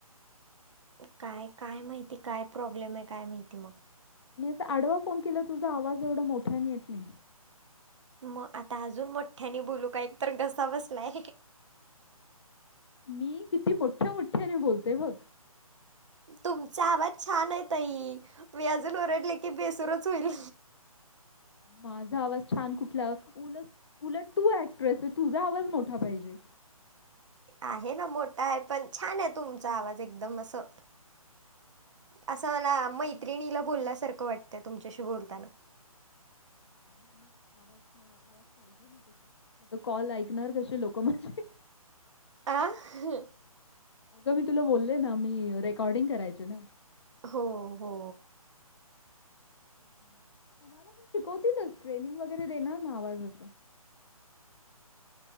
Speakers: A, on the right; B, on the left.
A: काय काय माहिती काय प्रॉब्लेम आहे काय माहिती मग.
B: मी अस आडवा फोन केल तुझा आवाज एवढा मोठ्याने येत नाही.
A: म आता अजून मोठ्याने बोलू का एक तर घसा बसलाय.
B: मी किती मोठ्या मोठ्याने बोलते बघ.
A: तुमचा आवाज छान आहे ताई, मी अजून ओरडले की बेसूरच होईल.
B: माझा आवाज छान कुठला, उलट उलट तू ऍक्ट्रेस आहे तुझा आवाज मोठा पाहिजे.
A: आहे ना मोठा आहे पण छान आहे तुमचा आवाज एकदम असं, असं मला मैत्रिणीला बोलल्यासारक वाटतं तुमच्याशी बोलताना.
B: <unintelligible> आवाज आवाज पाहिजे ना तस कॉल ऐकणार कसे लोक माझे,
A: आ <unintelligible>
B: अगं मी तुला बोललय ना मी रेकॉर्डिंग करायचे ना.
A: हो हो
B: तुम्हाला पण शिकवतीलच, ट्रेनिंग वगैरे देणार ना आवाजाच